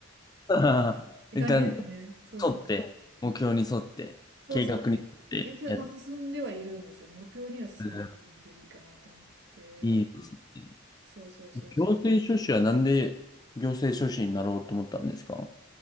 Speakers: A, on the left; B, on the right.
A: <laughs> ははは一旦、
B: て感じですね。そうそう。
A: 沿って、目標に沿って、
B: そうそう。
A: 計画に沿ってやって。
B: 一応、まあ、進んではいるんですよね。目標には進んではいるのでいいかなと思ってて。
A: うんいいですね。
B: そうそうそうそう。
A: 行政書士はなんで行政書士になろうと思ったんですか